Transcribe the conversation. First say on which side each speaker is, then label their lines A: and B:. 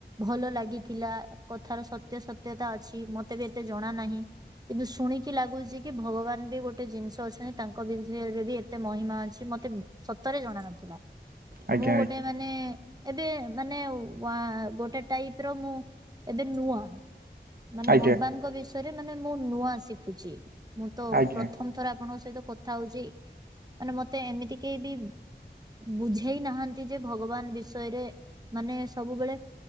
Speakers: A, on the right; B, on the right.
A: ଭଲ ଲାଗିଥିଲା କଥାର ସତ୍ୟ ସତ୍ୟତା ଅଛି ମତେବି ଏତେ ଜଣା ନାହିଁ‌। କିନ୍ତୁ ଶୁଣିକି ଲାଗୁଚିକି ଭଗବାନବି ଗୋଟେ ଜିନିଷ ଅଛନ୍ତି ତାଙ୍କ ଭିତ ବି ଏତେ ମହିମା ଅଛି ମତେ ସତରେ ଜଣ ନଥିଲା
B: ଆଜ୍ଞା
A: ମୁଁ ଗୋଟେ
B: ଆଜ୍ଞା
A: ମାନେ ଏବେମାନେ ୱା ଗୋଟେ ଟାଇପର ମୁଁ ଏବେ ନୂଆ। ମାନେ
B: ଆଜ୍ଞା
A: ଭଗବାନଙ୍କ ବିଷୟରେ ମାନେ ମୁଁ ନୂଆ ଶିଖୁଛି ମୁଁତ
B: ଆଜ୍ଞା
A: ପ୍ରଥମ ଥର ଆପଣଙ୍କ ସହିତ କଥା ହଉଚି ମାନେ ମତେ ଏମିତି କେହିବି ବୁଝେଇ ନାହାନ୍ତିଯେ ଭଗବାନ ବିଷୟରେ ମାନେ ସବୁବେଳେ